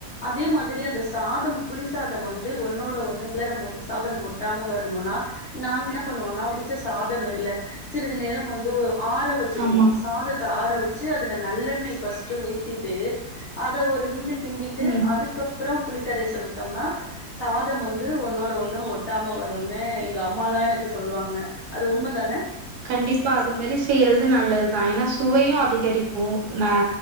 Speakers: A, on the left; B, on the right.
A: அதே மாதிரி அந்த சாதம் புளி சாதம் வந்து ஒன்னோட ஒண்ணு கிளறும் போது சாதம் ஒட்டாம வரணுன்னா நாங்கன்னா பண்ணுவோன்னா வடிச்ச சாதம்யிரில சிறிது நேரம் வந்து ஒ ஆற வச்சுடுவோ
B: ஆமா
A: சாதத் த ஆர வச்சி அதுல நல்லெண்ணெய் ஃபஸ்ட்டு ஊத்திட்டு அத ஒரு கிண்டு கிண்டிட்டு
B: ம்
A: அதுக்கப்றொ புளிக்கரைசல் விட்டோம்னா சாதம் வந்து ஒன்னோட ஒண்ணு ஒட்டாம வருன்னு எங்க அம்மாலா எனக் கு சொல்லுவாங்க அது உண்ம தான
B: கண்டிப்பா அது மாரி செய்றது நல்லதுதா ஏன்னா சுவையு அதிகரிக்கு ந